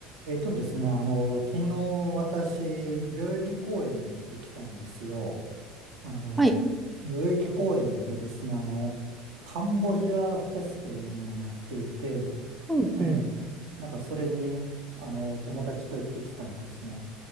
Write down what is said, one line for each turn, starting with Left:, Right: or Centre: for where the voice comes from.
Right: えっとですね、あの、昨日私、代々木公園に行ってきたんですよ。あの、
Centre: はい。
Right: 代々木公園でですね、あの、カンボジアフェスというのをやっていて、
Centre: うんうん。
Right: ええ、なんかそれに、あの、友達と行ってきたんですね。